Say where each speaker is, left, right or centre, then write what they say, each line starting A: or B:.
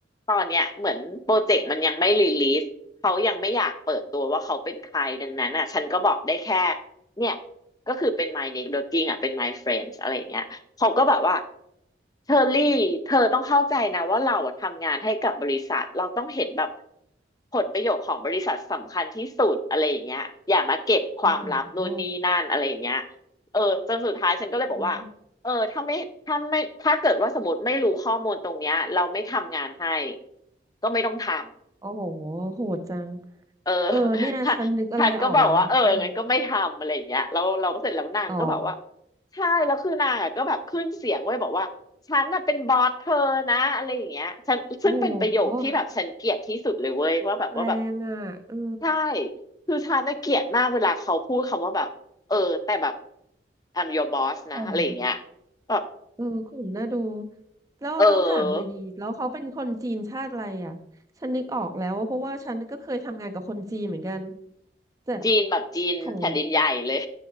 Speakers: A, on the left (about 20°); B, on the right (about 20°).
A: ตอนเนี้ยเหมือนโปรเจกต์มันยังไม่รีลีสเขายังไม่อยากเปิดตัวว่าเขาเป็นใครดังนั้นอ่ะฉันก็บอกได้แค่เนี่ยก็คือเป็น my networking อ่ะเป็น my friends อะไรอย่างเงี้ย เขาก็แบบว่าเชอรี่เธอต้องเข้าใจนะว่าเราอะทำงานให้กับบริษัทเราต้องเห็นแบบผลประโยชน์ของบริษัทสำคัญที่สุดอะไรอย่างเงี้ยอย่ามาเก็บความลับนู่นนี่นั่นอะไรอย่างเงี้ย
B: โอ้โห
A: เออจนสุดท้ายฉันก็เลยบอกว่าเออถ้าไม่ถ้าไม่ถ้าเกิดว่าสมมติไม่รู้ข้อมูลตรงเนี้ยเราไม่ทำงานให้
B: เออ
A: ก็ไม่ต้องทำ
B: โอ้โหโหดจัง
A: เออ <laughs>
B: เออเนี่ยฉันนึกอะไรออกแล้วอืม
A: ทะฉันก็บอกว่าเอองั้นก็ไม่ทำอะไรอย่างเงี้ยแล้วเราก็เสร็จแล้วนางก็บอกว่า
B: อ๋อ
A: ใช่แล้วคือนางอะก็แบบขึ้นเสียงไว้ยบอกว่าฉันน่ะเป็นบอสเธอนะอะไรอย่างเงี้ยฉันซึ่งเป็นประโยคที่แบบฉันเกลียดที่สุดเลยเว้ยว่าแบบว่าแบบ
B: โอ้โหแรงอ่ะเออ
A: ใช่คือฉันน่ะเกลียดมากเวลาเขาพูดคำว่าแบบเออแต่แบบ I'm your boss
B: ข่ม
A: นะอะไรอย่างเงี้ยแบบ
B: เออกลุ่มน่าดูแล้วแล้วถามหน่อยดีแล้วเขาเป็นคนจีนชาติอะไรอ่ะฉันนึกออกแล้วว่าเพราะว่าฉันก็เคยทำงานกับคนจีนเหมือนกัน
A: เออ
B: แต่
A: จีนแบบจีนแผ่นดินใหญ่เลย
B: ของ